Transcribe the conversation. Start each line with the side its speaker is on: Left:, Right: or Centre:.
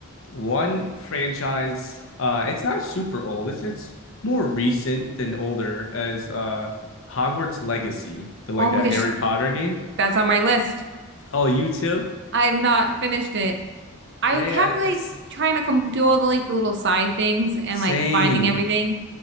Left: one franchise uh it's not super old. It's it's more recent than older as uh Hogwarts Legacy, the like
Right: Oh my
Left: a
Right: gosh,
Left: Harry Potter game.
Right: that's on my list.
Left: Oh, you too?
Right: I've not finished it. I
Left: Yeah,
Right: kept like
Left: it's
Right: trying to com do all the like the little side things and
Left: same.
Right: like finding everything.